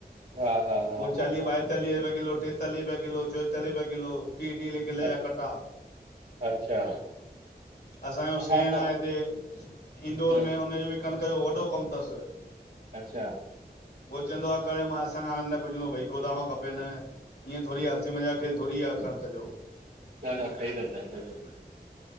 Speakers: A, on the right (about 70°); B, on the left (about 85°).
A: हा हा हा
B: उहा
A: हा
B: चालीह
A: हा
B: बाऐ तालीह रूपये किलो, टेतालीय रूपये किलो, चोएतालीह रूपये किलो, टीहें टीहें किले
A: अ
B: जा कटा
A: अच्छा।
B: असांजो सेण
A: हा त
B: आहे हिते इंदौर
A: हम्म
B: में, हुनजो बि कणिक जो वॾो कमु तसि।
A: अच्छा।
B: उहो चवंदो आ कयो न मां हाणे, असांखे न पुंजदो भई गोदाम खपेनि इअं थोरी आ हसी मजाक खेल थोरी आ, कणिक जो
A: <unintelligible>